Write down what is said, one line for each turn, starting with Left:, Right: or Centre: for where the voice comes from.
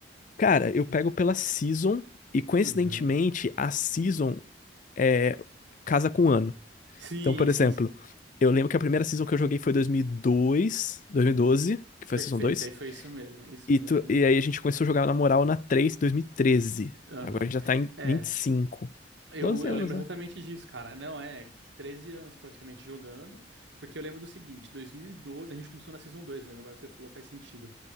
Left: Cara, eu pego pela season e coincidentemente
Right: Uhum.
Left: a season é, casa com o ano.
Right: Sim,
Left: Então, por
Right: sim,
Left: exemplo,
Right: sim.
Left: eu lembro que a primeira season que eu joguei foi 2002, 2012, que foi
Right: Perfeito.
Left: a season 2.
Right: Aí foi isso mesmo, isso
Left: e,
Right: mesmo.
Left: tu- e aí a gente começou a jogar na moral na 3, 2013.
Right: Aham.
Left: Agora a gente já tá em
Right: É,
Left: 25.
Right: eu,
Left: doze
Right: eu
Left: anos,
Right: lembro
Left: né?
Right: exatamente disso, cara. Não, é 13 anos praticamente jogando, porque eu lembro do seguinte, 2012 a gente começou na Season dois. mesmo, agora que você falou faz sentido.